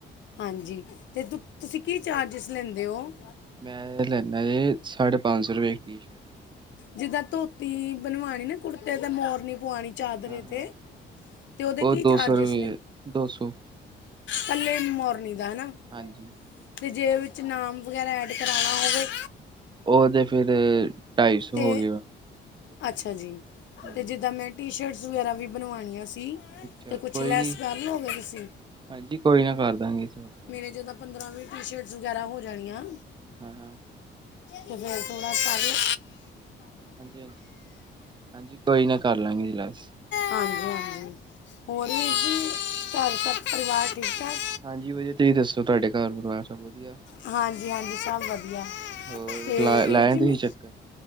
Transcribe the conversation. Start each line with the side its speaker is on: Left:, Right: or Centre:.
Left: ਹਾਂਜੀ ਤੇ ਤੁ ਤੁਸੀਂ ਕੀ ਚਾਰਜਿਸ ਲੈਂਦੇ ਹੋ
Right: ਮੈਂ ਲੈਂਦਾ ਜੀ ਸਾਢੇ ਪੰਜ ਸੌ ਰੁਪਏ ਇਕ ਟੀ ਸ਼ਰਟ
Left: ਜਿੱਦਾਂ ਧੋਤੀ ਬਣਵਾਣੀ ਨਾ ਕੁੜਤੇ ਤੇ ਮੋਰਨੀ ਪਵਾਉਣੀ ਚਾਦਰੇ
Right: ਹਾਂ ਹਾਂ
Left: 'ਤੇ ਤੇ ਉਹਦੇ ਕੀ
Right: ਉਹ ਦੋ
Left: ਚਾਰਜਿਸ
Right: ਸੌ ਰੁਪਏ
Left: ਨੇ
Right: ਦੋ ਸੌ
Left: ਕਲੇ ਮੋਰਨੀ ਦਾ ਹੈਨਾ
Right: ਹਾਂਜੀ
Left: ਤੇ ਜੇ ਵਿੱਚ ਨਾਮ ਵਗੈਰਾ ਐਡ ਕਰਾਉਣਾ ਹੋਵੇ
Right: ਉਹਦੇ ਫਿਰ ਢਾਈ ਸੌ
Left: ਤੇ
Right: ਹੋ ਗਏ ਵਾ
Left: ਅੱਛਾ ਜੀ
Right: ਹਾਂ
Left: ਤੇ ਜਿੱਦਾਂ ਮੈਂ ਟੀ ਸ਼ਰਟਸ ਵਗੈਰਾ ਵੀ ਬਣਵਾਉਣੀਆਂ ਸੀ
Right: ਅੱਛਾ
Left: ਤੇ ਕੁਛ
Right: ਕੋਈ
Left: ਲੈਸ
Right: ਨਹੀਂ
Left: ਕਰ ਲਓ ਗਏ ਤੁਸੀਂ
Right: ਹਾਂਜੀ ਕੋਈ ਨਾ ਕਰ ਦਾਂਗੇ ਨਾਲ।
Left: ਮੇਰੇ ਜਿੱਦਾਂ ਪੰਦਰਾਂ ਵੀਹ ਟੀ ਸ਼ਰਟਸ ਵਗੈਰਾ ਹੋ ਜਾਣੀਆਂ
Right: ਹਾਂ ਹਮ
Left: ਤੇ ਫੇਰ ਥੋੜਾ ਕਰਲੋ
Right: ਹਾਂਜੀ- ਹਾਂਜੀ, ਹਾਂਜੀ ਕੋਈ ਨਾ ਕਰ ਲਾਂਗੇ ਲੈਸ।
Left: ਹਾਂਜੀ- ਹਾਂਜੀ। ਹੋਰ ਵੀਰ ਜੀ, ਘਰ ਸਭ ਪਰਿਵਾਰ ਠੀਕ ਠਾਕ।
Right: ਹਾਂਜੀ ਵਧੀਆ। ਤੁਸੀਂ ਦੱਸੋ ਤੁਹਾਡੇ ਘਰ ਪਰਿਵਾਰ। ਸਭ ਵਧੀਆ
Left: ਹਾਂਜੀ-ਹਾਂਜੀ। ਸਭ ਵਧੀਆ,
Right: ਹੋਰ
Left: ਤੇ
Right: ਲਾ ਲਾਇਆ
Left: ਵੀਰ ਜੀ
Right: ਤੁਸੀਂ
Left: ਮੈਂ
Right: ਚੱਕਰ